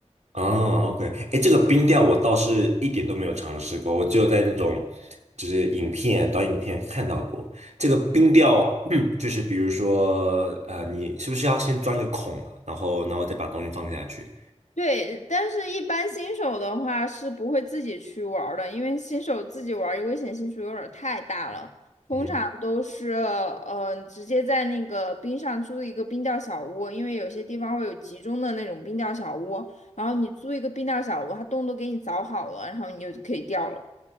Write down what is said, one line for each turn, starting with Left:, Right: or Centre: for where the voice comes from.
Right: 哦，OK，哎，这个冰钓我倒是一点都没有尝试过，我只有在那种就是影片、短影片看到过这个冰钓，嗯，就是比如说，呃，你是不是要先钻个孔啊，然后，然后再把东西放下去？
Left: 对，但是一般新手的话是不会自己去玩儿的，因为新手自己玩儿危险系数有点儿太大了。通常都是
Right: 嗯，
Left: 嗯，直接在那个冰上租一个冰钓小屋，因为有些地方会有集中的那种冰钓小屋，然后你租一个冰钓小屋，它洞都给你凿好了，然后你就可以钓了。